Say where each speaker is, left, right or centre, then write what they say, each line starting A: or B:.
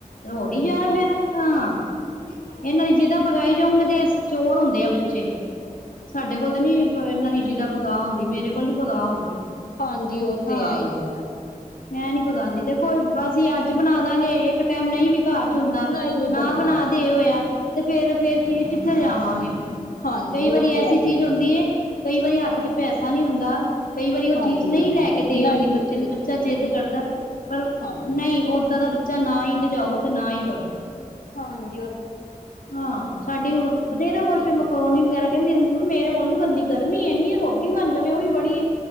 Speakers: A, on the left; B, on the left.
A: ਰੋੜ ਹੀ ਜਾ ਫਿਰ ਹਾਂ
B: <inaudible>
A: ਇਹਨਾਂ ਦੀ ਜਿਹਦਾ ਪਗਾਈ ਜਾਓਗੇ ਤੇ ਚੋੜ ਹੁੰਦੇ ਆ। ਤੇ ਸਾਡੇ ਕੋਲ ਤਾਂ ਨਹੀਂ ਇਹਨਾਂ ਦੀ ਜਿਹਦਾ ਪਗਾ ਹੁੰਦੀ ਮੇਰੇ ਕੋਲ ਨੀ ਪਗਾ ਹੁੰਦੀ।
B: ਹਾਂਜੀ ਉਹ ਤੇ
A: ਹਾਂ।
B: ਹੈ ਹੀ ਹੈ।
A: ਮੈਂ ਨਹੀਂ ਪਗਾਉਂਦੀ ਦੇਖੋ ਬਸ ਅਸੀਂ ਅੱਜ ਬਣਾ ਦਾਂਗੇ ਇੱਕ ਟਾਈਮ ਨਹੀਂ ਵੀ। ਘਰ ਚ ਹੁੰਦਾ
B: ਨਹੀਂ ਵੀ
A: ਨਾ
B: ਬੰਦਾ
A: ਬਣਾ ਦੇ ਹੋਇਆ ਤੇ ਫੇਰ ਫੇਰ ਕਿੱਥੇ ਜਾਵਾਂਗੇ।
B: ਹਾਂਜੀ
A: ਕਈ ਵਾਰੀ
B: ਉਹ ਤੇ
A: ਐਸੀ
B: ਹੈ
A: ਚੀਜ਼
B: ਹੀ
A: ਹੁੰਦੀ ਹੈ ਕਈ ਵਾਰੀ ਹੱਥ ਚ ਪੈਸਾ ਨਹੀਂ ਹੁੰਦਾ। ਕਈ ਵਾਰੀ ਉਹ
B: ਹਾਂਜੀ
A: ਚੀਜ਼ ਨਹੀਂ
B: ਹਾਂਜੀ
A: ਲੈ ਕੇ ਦੇ
B: ਨਹੀਂ
A: ਆਉਂਦੀ
B: ਲਿੱਤੀ
A: ਬੱਚੇ ਨੂੰ। ਬੱਚਾ ਤਾਂ ਜਿੱਦ ਕਰਦਾ ਪਰ
B: ਹਾਂਜੀ
A: ਨਹੀਂ ਉਦਾਂ ਦਾ ਬੱਚਾ ਨਾ ਹੀ ਗਜਾਓ ਤੇ ਨਾ ਹੀ ਕਰੋ।
B: ਹਾਂ ਜੀ
A: ਹਾਂ ਸਾਡੀ ਹੁਣ ਬਥੇਰਾ
B: ਹੁਣ
A: ਕੁਛ
B: ਕੀ ਕਰੇ
A: ਮਕਰੋਨੀ ਵਗੈਰਾ ਹਾਂ, ਕਹਿੰਦੀ ਹੁੰਦੀ ਮੰਮੀ ਮੇਰੇ ਕੋਲ ਨਹੀਂ ਬਣਦੀ ਗਰਮੀ ਐਨੀ ਹੈ ਰੋਟੀ ਬਣ ਜਾਵੇ ਉਹੀ ਬੜੀ ਹੈ।